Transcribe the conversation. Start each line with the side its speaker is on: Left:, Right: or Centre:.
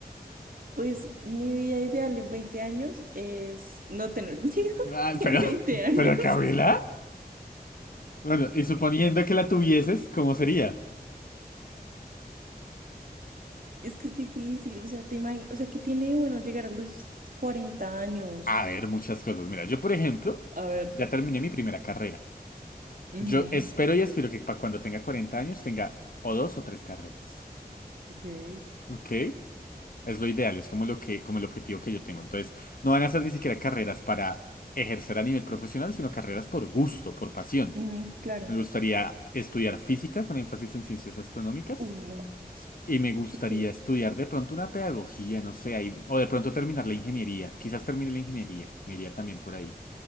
Right: Pues mi vida ideal en 20 años es no tener miedo
Left: Ah,
Right: <laughs> en
Left: pero,
Right: 20
Left: <laughs>
Right: años.
Left: pero Camila, bueno, y suponiendo que la tuvieses, ¿cómo sería?
Right: Es que es difícil, o sea, te imagi- o sea, ¿qué tiene, de bueno, llegar a los cuarenta años.
Left: A ver, muchas cosas. Mira, yo, por ejemplo,
Right: A ver.
Left: ya terminé mi primera carrera.
Right: ujú,
Left: Yo espero y aspiro que pa- cuando tenga 40 años tenga o dos o tres carreras.
Right: ok,
Left: ¿Ok? Es lo ideal, es como lo que, como el objetivo que yo tengo. Entonces, no van a ser ni siquiera carreras para ejercer a nivel profesional, sino carreras por gusto, por pasión.
Right: ujú, claro.
Left: Me gustaría estudiar física con énfasis en ciencias astronómicas
Right: Uy, no.
Left: y me gustaría
Right: Ok.
Left: estudiar de pronto una pedagogía, no sé, ahí- o de pronto terminar la ingeniería. Quizás termine la ingeniería, me iría también por ahí.